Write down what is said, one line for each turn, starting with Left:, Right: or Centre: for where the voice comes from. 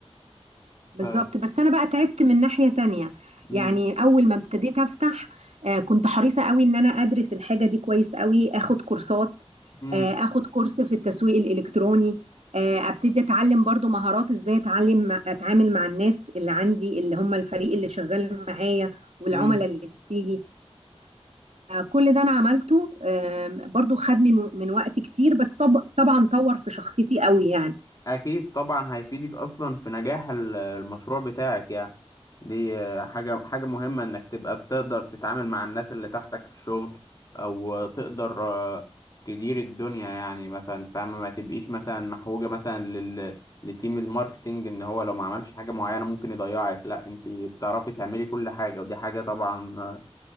Right: بالظبط
Left: ف...
Right: بس انا بقى تعبت من ناحية تانية
Left: مم.
Right: يعني اول ما ابتديت افتح آه، كنت حريصة قوي ان انا ادرس الحاجة دي كويس قوي اخد كورسات
Left: مم.
Right: آه، اخد كورس في التسويق الالكتروني آه، ابتدي اتعلم برضو مهارات ازاي اتعلم اتعامل مع الناس اللي عندي اللي هم الفريق اللي شغال معايا والعملاء
Left: مم.
Right: اللي بتيجي فكل ده انا عملته آم، برضو خد من من وقت كتير بس طب طبعا طور في شخصيتي قوي يعني
Left: أكيد طبعا هيفيدك أصلا في نجاح ال- المشروع بتاعك يعني دي آه، حاجة حاجة مهمة إنك تبقى بتقدر تتعامل مع الناس اللي تحتك في الشغل أو تقدر آه، تدير الدنيا يعني مثلا فاهمة ما تبقيش مثلا محوجة مثلا لل... لتيم الماركتينج إن هو لو ما عملش حاجة معينة ممكن يضيعك لأ أنت بتعرفي تعملي كل حاجة ودي حاجة طبعا آه،